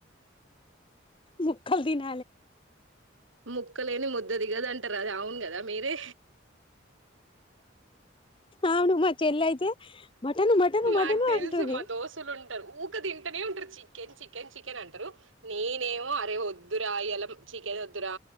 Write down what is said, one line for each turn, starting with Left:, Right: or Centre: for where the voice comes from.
Left: ముక్కల్దిన
Right: ముక్కలేని ముద్ద దిగదంటారు అది అవును కదా మీరే
Left: అవును మా చెల్లి అయితే మటన్ మటను
Right: మాకు
Left: మటను
Right: తెలుసు
Left: అంటుంది
Right: మా దోస్తులు ఊక తింటేనే ఉంటారు చికెన్ చికెన్ చికెన్ అంటారు నేనేమో అరే వద్దురా ఇ్యలాం చికెన్ వద్దురా